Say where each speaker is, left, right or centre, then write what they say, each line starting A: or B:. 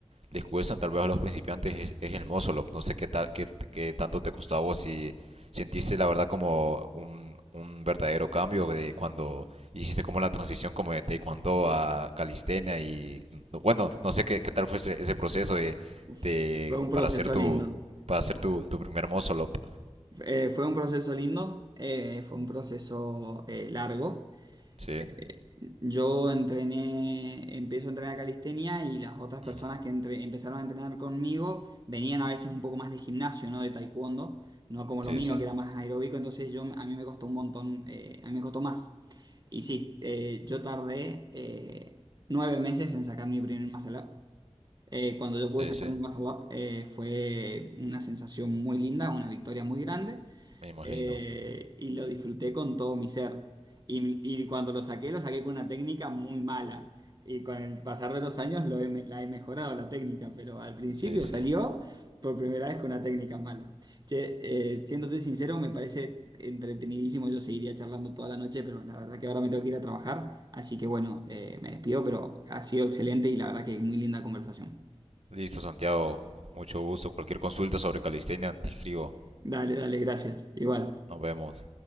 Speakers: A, on the right; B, on the right.
A: les descuestan tal vez a los principiantes es, es el Mozolop. No sé qué, tal, qué, qué tanto te costó a vos si sentiste la verdad como un, un verdadero cambio de cuando hiciste como la transición como de taekwondo a calistenia y no, bueno, no sé qué, qué tal fue ese, ese proceso de,
B: Uf,
A: de-
B: Fue un proceso
A: para hacer tu
B: lindo.
A: para hacer
B: Fu-
A: tu, tu primer Mozolop.
B: eh, fue un proceso lindo, eh, fue un proceso eh, largo.
A: Sí.
B: Eh, Yo entrené, empiezo a entrenar calistenia y las otras personas
A: ujú.
B: que entre- empezaron a entrenar conmigo venían a veces un poco más de gimnasio, no de taekwondo, no como
A: Sí,
B: lo mío
A: sí.
B: que era más aeróbico, entonces yo a mí me costó un montón, eh, a mí me costó más. Y sí, eh, yo tardé eh, nueve meses en sacar mi primer muscle up. Eh, cuando yo
A: Sí,
B: pude sacar
A: sí.
B: mi WhatsApp eh, fue una sensación muy linda, una victoria muy grande
A: Me imagino.
B: eh, y lo disfruté con todo mi ser. Y, y cuando lo saqué, lo saqué con una técnica muy mala. Y con el pasar de los años lo he me- la he mejorado la técnica, pero al principio
A: Sí, sí.
B: salió por primera vez con una técnica mala. Che, eh, siéndote sincero, me parece entretenidísimo. Yo seguiría charlando toda la noche, pero la verdad que ahora me tengo que ir a trabajar. Así que bueno, eh, me despido, pero ha sido excelente y la verdad que muy linda conversación.
A: Listo, Santiago. Mucho gusto. Cualquier consulta sobre calistenia, te escribo.
B: Dale, dale, gracias. Igual.
A: Nos vemos.